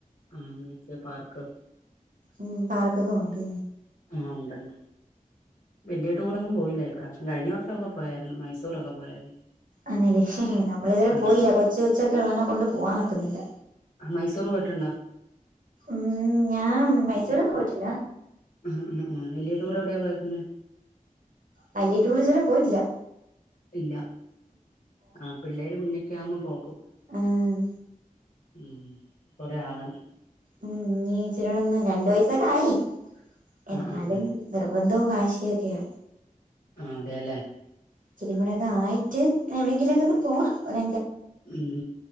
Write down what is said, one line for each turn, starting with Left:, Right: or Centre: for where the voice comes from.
Left: അമിച്ച് പാർക്ക്
Right: ഉം പാർക്ക് കോവ് ണ്ട്
Left: ആണ്ട് ണ്ട് വല്യ റ്റൂ റൊ ന്നും പോയില്ല ഇപ്രാവശ്യം കഴിഞ്ഞ വർ ഷൊക്കെ പോയായിരുന്നു മൈസൂർ ഒക്കെ പോയായിരുന്നു
Right: അതെലെ ഹ് ഹ് നമ്മള് ഇത് വരെ
Left: ആഹ്
Right: പോയില കൊച്ച് ഒച്ചൊക്കെ ഒള്ളേനെ കൊണ്ട് പോവാനൊക്കുന്നില്ല
Left: മൈസൂറ് പോയ്ട്ടുണ്ടാ
Right: മ്മ് ഞാമ് മൈസൂരൊന്നും പോയിട്ടില്ല
Left: ഉം ഉം ഉം വെല്യേ ടൂറെവിടെ പോയക്കന്
Right: വല്യേ ട്ടൂറ് ഇത് വരെ പോയിട്ട്ല്ലാ
Left: ഇല്ല ആഹ് പിള്ളേര് പിന്നേ ക്യാമ്പോപൊ
Right: ആഹ്
Left: മ് ഒരാകണം
Right: മ് നീച്ച്ലടന്ന് രണ്ട് വയസ്സൊക്കായി
Left: ആ
Right: എന്നാലും
Left: ആ ആ
Right: നിർബന്ധി ന്തും വാശിയൊക്കെയാ
Left: ആ തെലെ
Right: ഇത്തിരികൂടെ ഒക്കെ ആയിട്ട് എവിടെങ്ങിലൊക്കൊന്ന് പോണം ഒര
Left: മ്